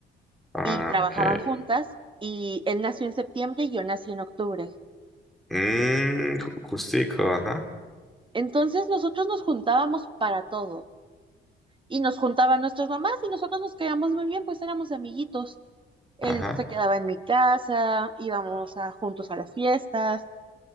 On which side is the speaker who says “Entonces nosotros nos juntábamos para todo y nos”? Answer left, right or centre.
Right